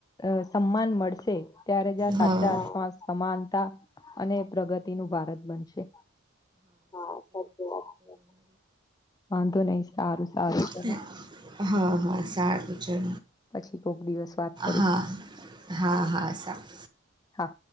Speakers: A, on the left; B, on the right.
A: અ સમાન મળશે. ત્યારે જ આ
B: હા
A: સાચા અ સમાન સમાનતા અને પ્રગતિનું ભારત બનશે. હ, સાચી વાત છે, વાંધો નહીં, સારું, સારું. ચલો
B: હ, હં, સારુ ચલો.
A: પછી કોક દિવસ વાત કરીશું
B: હા, હા, હા, સારું.
A: હા.